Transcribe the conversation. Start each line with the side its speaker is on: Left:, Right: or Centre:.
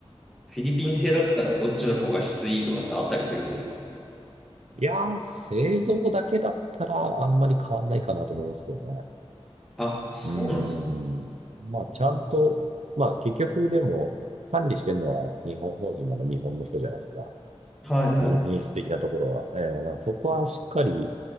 Centre: フィリピン製だったらどっちの方が質いいとかってあったりするんですか
Right: いやー、製造だけだったらあんまり変わんないかなと思いますけどね。
Centre: あ、そうなんです。
Right: うん。まあ、
Centre: うん
Right: ちゃんと、まあ、結局でも、管理してるのは日本法人なら日本の人じゃないですか。
Centre: はいはい。
Right: 品、品質的なところは。ええ、だからそこはしっかり